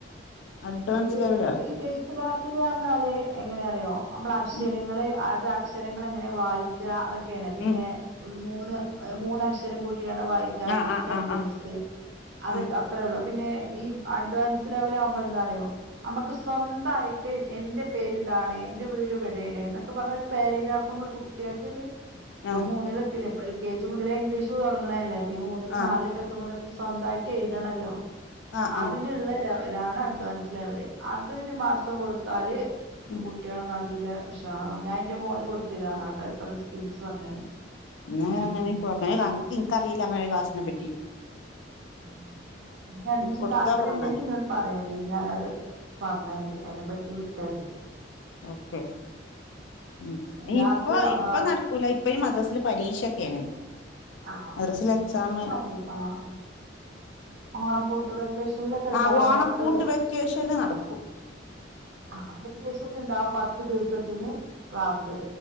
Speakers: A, on the left; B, on the right.
A: അഡ്വാൻസ്
B: അത്
A: ലെവലോ
B: ഈ ബേസ് - ക്ലാസൽ വന്നാല് എങ്ങനെ- അറിയോ നമ്മള് അക്ഷരങ്ങള്
A: ഉം
B: അത് അക്ഷരങ്ങൾ എങ്ങനെ വായി- ക്കാ അതൊക്കെയാണ് പിന്നെ
A: ഉം
B: മൂന്ന് മൂന്ന് അക്ഷരം കൂട്ടിയാണ് വായി ക്ക
A: ആ
B: പിന്നെ ഒരു
A: ആ
B: സെന്റൻസ്
A: ആ ആ
B: അതൊക്കെ
A: ആ
B: അത്രേള്ളൂ പിന്നെ ഈ അഡ്വാൻസ് ലെവലാവുമ്പോ എന്താറിയോ നമുക്ക് സ്വന്തായിട്ട് എന്റെ പേര്താണ് എന്റെ വീട് വടടേണ്ന്നൊക്കെ പറഞ്ഞ് ഒരു പാരാഗ്രാഫ് നമ്മളെ കുട്ട്യാക്കൊര് ഇപ്പൊ
A: ആ
B: മൂന്നിലെത്തീലെ ഇപ്പ എൽ കെ ജി മുതലേ ഇംഗ്ലീഷ് തൊടങ്ങ്ണല്ലേ അപ്പ ഈ മൂന്നിലും
A: ആ
B: നാൽലൊക്കെ മുതൽ സ്വന്തായിട്ട് എഴുതണല്ലോ
A: ആ
B: അതിന്
A: ആ
B: ള്ള ലെവലാണ് അഡ്വാൻസ് ലെവല് അതരു മാസം കൊടുത്താല്
A: ഉം
B: കുട്ട്യാള് നല്ല ഉഷാറാവും ഞാൻ എന്റെ മോന് കൊടുത്തിര്ന്ന് അതാട്ടാ ഇത്തരസ്പൻസ് പറഞ്ഞാണ്
A: <unintelligible>
B: ഉം
A: ഇൻക്കറീലാ അങ്ങനൊരു ക്ലാസ്സിനെ പറ്റി
B: ഉം അങ്ങനെ അഡമിഷ
A: കൊടുത്തോക്കണം
B: താല്പര്യണ്ടെങ്കിന്നോട്
A: എന്നാല്
B: പറയേണ്ടി ഞാനത് പർഞ്ഞരണ്ട് അതിനെ പറ്റി വിട്ടര്ന്റ്
A: ഓക്കെ ഉം
B: രാത്രി
A: ഇപ്പൊ
B: ആ
A: ഇപ്പൊ നട് ക്കൂല ഇപ്പ ഈ മദ്രസില് പരീക്ഷൊക്കെയാണ്
B: ആഹ്
A: മദ്രസിൽ
B: പരീക്ഷ
A: എക്സാം
B: കയ്ഞ്ഞിട്ട് മതി ആഹ് ഓണപ്പൂട്ട് വെക്കേഷനിലൊക്കെ ഇണ്ടാവും
A: ആ ഓണപ്പൂട്ട്
B: പത്ത്
A: വെക്കേഷന് നടക്കും
B: ആഹ് വെക്കേഷൻണ്ടാവും പത്തു ദിവസത്തിന് ക്ലാസ്